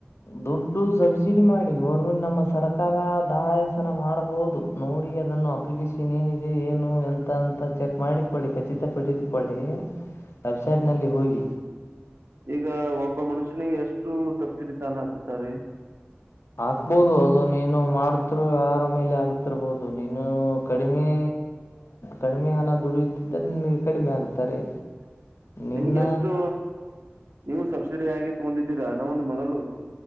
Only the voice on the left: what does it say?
ದುಡ್ಡು ಸಬ್ಸಿಡಿ ಮಾಡಿ ಗೌರ್ಮೆಂಟ್ ನಮ್ಮ ಸರ್ಕಾರ ದಾಯಾಸನ ಮಾಡಬಹುದು ನೋಡಿ ನೋಡಿ ಅದನ್ನು ಅಪ್ಲಿಕೇಶನ್ ಏನಿದೆ ಏನು ಎಂತ ಅಂತ ಚೆಕ್ ಮಾಡಿಕೊಳ್ಳಿ ಖಚಿತಪಡಿಸಿಕೊಳ್ಳಿ ವೆಬ್ಸೈಟ್ನಲ್ಲಿ ಹೋಗಿ
ಆಗ್ಬೋದು ಅದು ನೀನು ಮಾಡತಿರು ವ್ಯವಹಾರ ಮೇಲೆ ಆಗತಿರ್ಬಹದು ನೀನು ಕಡಿಮೆ ಕಡಿಮೆ ಹಣ ದುಡಿಯುತ್ತಿದ್ದ್ರೆ ನಿಮಗೆ ಕಡಿಮೆ ಆಗ್ತಾರೆ
ನಿನ್ನ